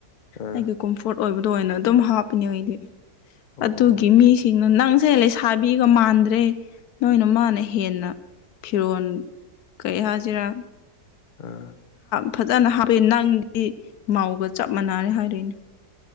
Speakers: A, on the left; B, on the left.
A: ꯑ
B: ꯑꯩꯒꯤ ꯀꯝꯐꯣꯔꯠ ꯑꯣꯏꯕꯗꯣ ꯑꯣꯏꯅ ꯑꯗꯨꯝ ꯍꯥꯞꯄꯅꯦ ꯑꯩꯗꯤ
A: ꯑꯣ
B: ꯑꯗꯨꯒꯤ ꯃꯤꯁꯤꯡ ꯅꯪꯁꯦ ꯂꯩꯁꯥꯕꯤꯒ ꯃꯥꯟꯗ꯭ꯔꯦ ꯅꯣꯏ ꯅꯃꯥꯅ ꯍꯦꯟꯅ ꯐꯤꯔꯣꯜ ꯀꯔꯤ ꯍꯥꯏꯁꯤꯔꯥ
A: ꯑꯥ
B: ꯐꯖꯅ ꯍꯥꯞꯄꯦ ꯅꯪꯗꯤ ꯃꯧꯒ ꯆꯞ ꯃꯥꯟꯅꯔꯦ ꯍꯥꯏꯔꯛꯏꯅꯦ